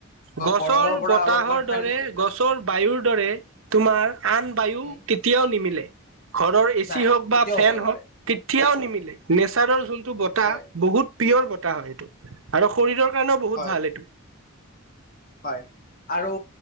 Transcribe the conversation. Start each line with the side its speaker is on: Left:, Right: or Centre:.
Right: গছৰ
Left: গৰমৰ পৰা
Right: বতাহৰ
Left: অলপমান শান
Right: দৰে গছৰ বায়ুৰ দৰে তোমাৰ আন বায়ু
Left: উম,
Right: কেতিয়াও নিমিলে। ঘৰৰ এচি
Left: নাই
Right: হওক
Left: কেতিয়াও
Right: বা ফেন
Left: হ'ব নোৱাৰে
Right: হওঁক কেতিয়াও নিমিলে। নেচাৰৰ যোনটো বতাহ
Left: হয়,
Right: বহুত পিয়ৰ বতাহ হয় এইটো আৰু শৰীৰৰ কাৰণেও বহুত
Left: হয়,
Right: ভাল এইটো।
Left: হয়। আৰু